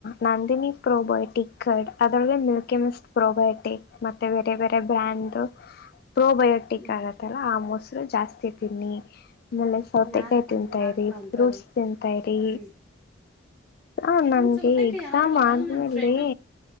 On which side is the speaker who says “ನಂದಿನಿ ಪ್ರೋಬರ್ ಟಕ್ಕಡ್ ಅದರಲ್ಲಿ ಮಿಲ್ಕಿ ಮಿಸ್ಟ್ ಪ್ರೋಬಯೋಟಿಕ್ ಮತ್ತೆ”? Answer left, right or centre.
Left